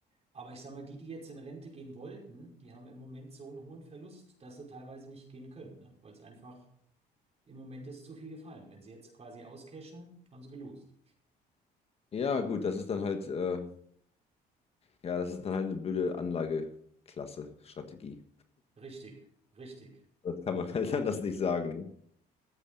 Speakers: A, on the right; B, on the left.
A: Aber ich sage mal, die, die jetzt in Rente gehen wollten, die haben im Moment so einen hohen Verlust, dass sie teilweise nicht gehen können, ne? Weil es einfach Im Moment ist zu viel gefallen. Wenn sie jetzt quasi auscashen, haben sie gelost.
B: Ja, gut, das ist dann halt, äh, ja, das ist dann halt eine blöde Anlageklasse, Strategie.
A: Richtig, richtig.
B: Das kann man <laughs> halt anders nicht sagen. Ne?